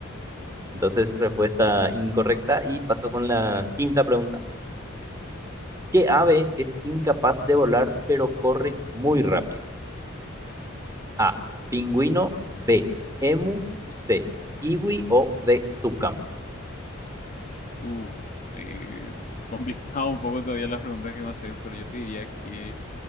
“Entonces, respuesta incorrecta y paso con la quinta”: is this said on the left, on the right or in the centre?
Right